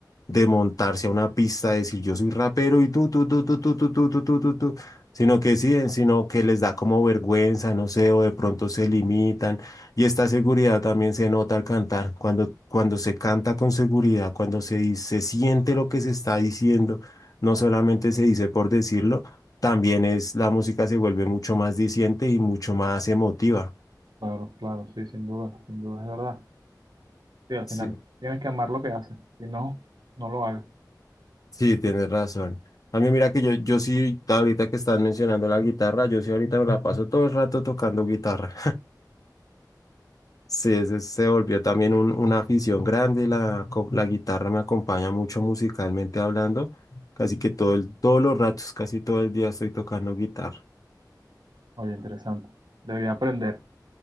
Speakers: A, on the left; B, on the right.
A: de montarse a una pista, de decir yo soy rapero y tú, tú, tú, tú, tú, tú, tú, tú, tú, tú, tú", sino que sí, sino que les da como vergüenza, no sé, o de pronto se limitan y esta seguridad también se nota al cantar, cuando, cuando se canta con seguridad, cuando se, di- se siente lo que se está diciendo, no solamente se dice por decirlo, también es la música se vuelve mucho más diciente y mucho más emotiva.
B: Claro, claro, sí, sin duda, sin duda, es verdad. Sí, al
A: Sí,
B: final tienes que amar lo que haces. Si no, no lo hagas.
A: sí, tienes razón. A mí mira que yo, yo sí, ahorita que estás mencionando la guitarra, yo sí ahorita me la paso todo el rato tocando guitarra. Sí, ese se volvió también un- una afición grande. La, co- la guitarra me acompaña mucho musicalmente hablando. Casi que todo el, todos los ratos, casi todo el día estoy tocando guitarra.
B: Oye, interesante. Debería aprender.